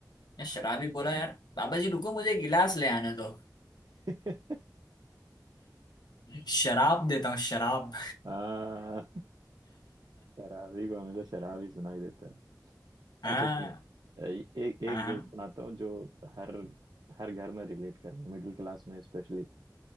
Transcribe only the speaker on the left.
या शराबी
बोला यार बाबा जी रुको मुझे गिलास ले आने दो
शराब देता हूँ शराब
हाँ
हाँ हाँ,